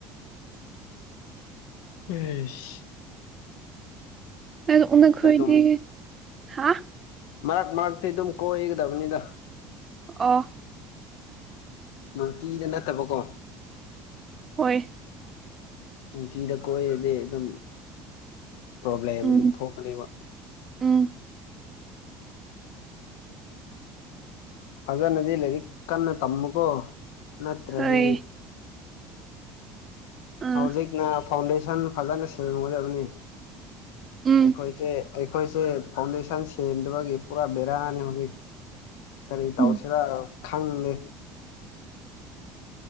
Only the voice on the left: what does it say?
ꯁꯤꯁ
ꯑꯗꯨꯝ
ꯃꯔꯛ ꯃꯔꯛꯇꯤ ꯑꯗꯨꯝ ꯀꯣꯏꯒꯗꯕꯅꯤꯅ
ꯅꯨꯡꯇꯤꯗ ꯅꯠꯇꯕꯀꯣ
ꯅꯨꯡꯀꯤꯤꯗ ꯀꯣꯏꯗꯤ ꯑꯗꯨꯝ ꯄ꯭ꯔꯣꯕ꯭ꯂꯦꯝ
ꯑꯗꯨꯝ ꯊꯣꯛꯀꯅꯦꯕ
ꯐꯖꯅꯗꯤ ꯂꯩꯔꯤ ꯀꯟꯅ ꯇꯃꯨꯀꯣ ꯅꯠꯇ꯭ꯔꯗꯤ
ꯍꯧꯖꯤꯛꯅ ꯐꯥꯎꯟꯗꯦꯁꯟ ꯐꯖꯅ ꯁꯦꯝꯒꯗꯕꯅꯤ
ꯑꯩꯈꯣꯏꯁꯦ ꯑꯩꯈꯣꯏꯁꯦ ꯐꯥꯎꯟꯗꯦꯁꯟ ꯁꯦꯝꯗꯕꯒꯤ ꯄꯨꯔꯥ ꯕꯦꯔꯥꯅꯤ ꯍꯧꯖꯤꯛ ꯀꯔꯤ
ꯇꯧꯁꯤꯔꯥ ꯈꯪꯉꯦ